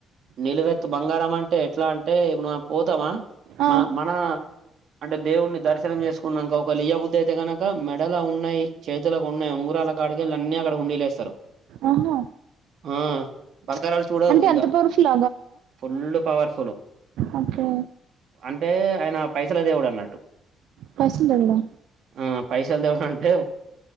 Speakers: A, on the right; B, on the right.
A: నిలువెత్తు బంగారం అంటే ఎట్లా అంటే ఇప్పుడు మనమ్ పోతమా
B: ఆ
A: మా మన అంటే దేవుడిని దర్శనం చేసుకున్నానుక ఒక లియ బుద్ధి అయితే కనక మెడల ఉన్నాయి చేతులకు ఉన్నాయి ఉంగ రాల కాడికిళ్ల అన్నీ అక్కడ హండీలేస్తారు
B: ఆహా
A: ఆ బంగారాలు చూడవ్
B: అంటే
A: ఇగా
B: అంత పవర్ఫుల్
A: ఫుల్ పవర్
B: ఒకే
A: అంటే ఆయన పైసల దేవుడు అన్నట్టు
B: పైసలు దేవుడా
A: ఆ పైసల్ దేవుడు అంటే